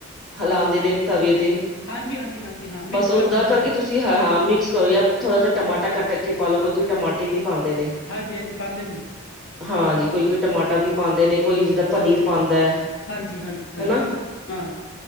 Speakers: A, in the centre; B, on the left.
A: ਹਲਾਉਂਦੇ ਨੇ ਤਵੇ ਤੇ
B: ਹਾਂਜੀ ਹਾਂਜੀ ਹਾਂਜੀ ਹਾਂ ਮਿਕਸ
A: ਬਸ ਓਦਾਂ
B: ਕਰਦੇ ਜੀ
A: ਕਰਕੇ
B: ਇਸ ਤਰ੍ਹਾਂ
A: ਤੁਸੀਂ ਹਾਂ ਹਾਂ ਮਿਕਸ ਕਰੋ ਜਾਂ ਥੋੜਾ
B: ਹੂੰ
A: ਜਹਾ ਟਮਾਟ ਕੱਟ ਕੇ ਪਾ ਲਓ ਕੋਈ ਕੋਈ ਟਮਾਟੇ ਵੀ ਪਾਉਂਦੇ ਨੇ
B: ਹਾਂਜੀ ਹਾਂਜੀ ਪੰਜ ਦਿਨ ਦਾ
A: ਹਾਂਜੀੀ ਕੋਈ ਕੋਈ ਟਮਾਟਰ ਆਟਾ ਵੀ ਪਾਉਂਦੇ ਨੇ ਕੋਈ ਜਿੱਦਾਂ ਪਨੀਰ ਪਾਉਂਦਾ ਹੈ
B: ਹਾਂਜੀ ਹਾਂਜੀ ਹਾਂਜੀ
A: ਹਨਾ
B: ਹਾਂ